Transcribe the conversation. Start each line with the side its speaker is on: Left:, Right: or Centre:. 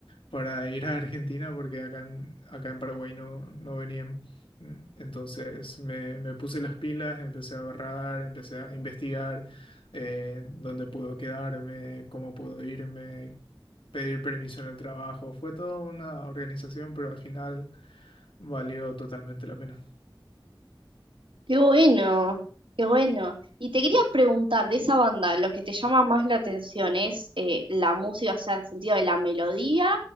Left: para ir a Argentina porque acá en, acá en Paraguay no, no venían. Mm, Entonces me, me puse las pilas, empecé a ahorrar, empecé a investigar eh, dónde puedo quedarme, cómo puedo irme, pedir permiso en el trabajo. Fue toda una organización, pero al final valió totalmente la pena.
Right: Qué bueno, qué bueno. Y te quería preguntar de esa banda, lo que te llama más la atención es eh, la música, o sea, en sentido de la melodía,